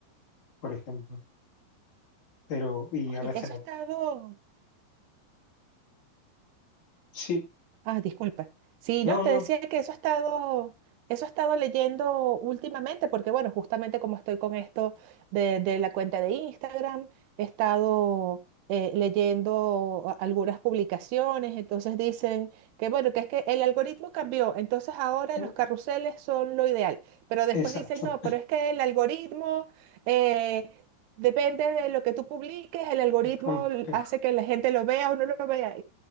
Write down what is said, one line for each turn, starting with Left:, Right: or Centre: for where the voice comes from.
Left: por ejemplo, pero y
Right: oye,
Left: a veces
Right: eso es todo
Left: sí,
Right: Ah, disculpa. Sí,
Left: no,
Right: no, te
Left: no,
Right: decía que eso ha estado, eso he estado leyendo últimamente, porque bueno, justamente como estoy con esto de, de la cuenta de Instagram, he estado eh, leyendo a- algunas publicaciones, entonces dicen que bueno, que es que el algoritmo cambió, entonces ahora
Left: eh,
Right: los carruseles son lo ideal, pero después
Left: exacto,
Right: dicen, no, pero es que el algoritmo eh, Depende de lo que tú publiques, el algoritmo
Left: <laughs> es complejo.
Right: hace que la gente lo vea o no lo vea.